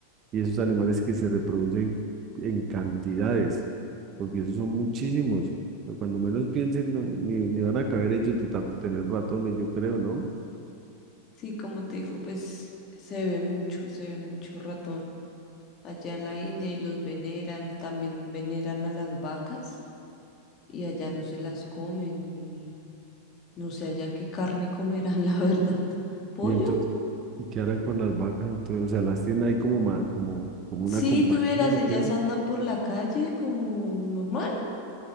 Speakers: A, on the right; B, on the left.
A: y esos animales que se reproducen en cantidades, porque esos son muchísimos, pero cuando menos piensen, no- ni, ni van a caber ellos de tanto tener ratones, yo creo, ¿no?
B: Sí, como te digo, pues se ve mucho, se ve mucho ratón. Allá en la India y los veneran, también veneran a las vacas y allá no se las comen y no sé allá qué carne comerán, <laughs> la verdad. ¿Pollo?
A: Y entonces, y qué harán con las vacas, entonces, o sea, las tienen ahí como, ma- como, como una
B: Sí,
A: compañía,
B: tuvieras,
A: ¿o
B: ellas
A: qué?
B: andan por la calle como normal,